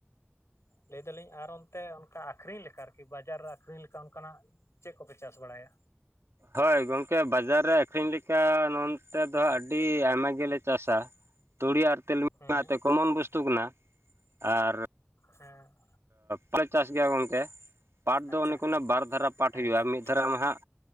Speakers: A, on the left; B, on the right.
A: ᱞᱟᱹᱭ ᱫᱟᱞᱤᱧ ᱟᱨ ᱚᱱᱛᱮ ᱚᱱᱠᱟ ᱟᱹᱷᱨᱤᱧ ᱞᱮᱠᱟ ᱟᱨᱠᱤ ᱵᱟᱡᱟᱨ ᱨᱮ ᱟᱠᱷᱨᱤᱧ ᱞᱮᱠᱟ ᱚᱱᱠᱟᱱᱟᱜ ᱪᱮᱫ ᱠᱚᱯᱮ ᱪᱟᱥ ᱵᱟᱲᱟᱭᱟ?
B: ᱦᱳᱭ ᱜᱚᱝᱠᱮ ᱵᱟᱡᱟᱨ ᱨᱮ ᱟᱹᱠᱷᱨᱤᱧ ᱞᱮᱠᱟ ᱱᱚᱱᱛᱮ ᱫᱚ ᱦᱜ ᱟᱹᱰᱤ ᱟᱭᱢᱟ ᱜᱮᱞᱮ ᱪᱟᱥᱟ ᱾ ᱛᱩᱲᱤ ᱟᱨ ᱛᱮᱞᱢᱤᱧ
A: ᱦᱮᱸ
B: ᱢᱟᱛᱮ ᱠᱚᱢᱚᱱ ᱵᱚᱥᱛᱩ ᱠᱟᱱᱟ ᱟᱨ
A: ᱦᱮᱸ
B: ᱯᱟᱴ ᱞᱮ ᱪᱟᱥ ᱜᱮᱭᱟ ᱜᱚᱝᱠᱮ, ᱯᱟᱴ ᱫᱚ
A: ᱟᱪᱪᱷᱟ
B: ᱚᱱᱮ ᱚᱱᱠᱟᱱᱟᱜ ᱵᱟᱨ ᱫᱷᱟᱨᱟ ᱯᱟᱴ
A: ᱦᱮᱸ
B: ᱦᱩᱭᱩᱜᱼᱟ
A: ᱦᱮᱸ
B: ᱢᱤᱫ ᱫᱷᱟᱹᱣ ᱾ ᱢᱤᱫ ᱫᱷᱟᱨᱟ ᱢᱟ ᱦᱟᱸᱜ